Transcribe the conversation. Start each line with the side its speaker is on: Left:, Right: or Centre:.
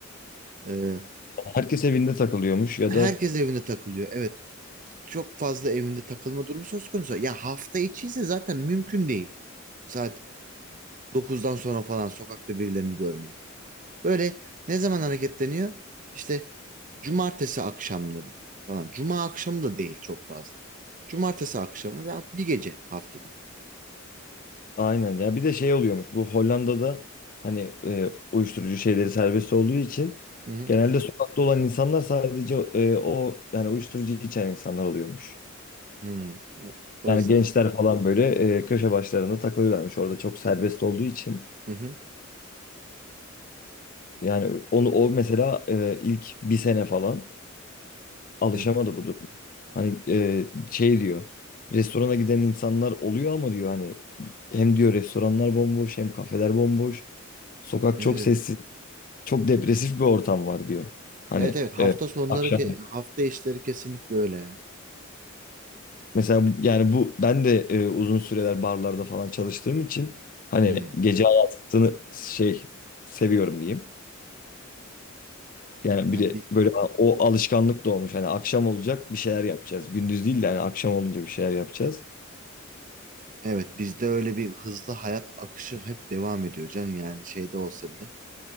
Right: Ee,
Left: Herkes evinde takılıyormuş ya
Right: herkes
Left: da
Right: evinde takılıyor. Evet. Çok fazla evinde takılma durumu söz konusu. Ya hafta içi ise zaten mümkün değil. Saat dokuzdan sonra falan sokakta birilerini görmeyi. Böyle ne zaman hareketleniyor? İşte cumartesi akşamları falan. Cuma akşamı da değil çok fazla. Cumartesi akşamı veya bir gece haftada.
Left: Aynen ya bir de şey oluyormuş bu Hollanda'da hani e, uyuşturucu şeyleri serbest olduğu için
Right: Hı hı.
Left: genelde sokakta olan insanlar sadece e, o yani uyuşturucu içen insanlar oluyormuş.
Right: Hı. O- Orasını.
Left: Yani gençler falan böyle e, köşe başlarında takılıyorlarmış orada çok serbest olduğu için.
Right: Hı hı.
Left: Yani onu o mesela e, ilk bir sene falan alışamadı
Right: Evet.
Left: bu duruma. Hani e, şey diyor restorana giden insanlar oluyor ama diyor hani hem diyor restoranlar bomboş hem kafeler bomboş. Sokak
Right: Evet.
Left: çok sessiz. çok depresif bir ortam var diyor. Hani
Right: Evet evet hafta
Left: e,
Right: sonları
Left: akşam
Right: ke- hafta işleri kesinlikle öyle yani.
Left: mesela bu- yani bu ben de e, uzun süreler barlarda falan çalıştığım için hani
Right: Hmm.
Left: gece hayatını şey seviyorum diyeyim. Yani
Right: Yani
Left: bir de
Right: biz
Left: böyle o alışkanlık da olmuş. Hani akşam olacak bir şeyler yapacağız. Gündüz değil de hani akşam olunca bir şeyler yapacağız.
Right: evet bizde öyle bir hızlı hayat akışı hep devam ediyor canım yani şeyde olsa bile.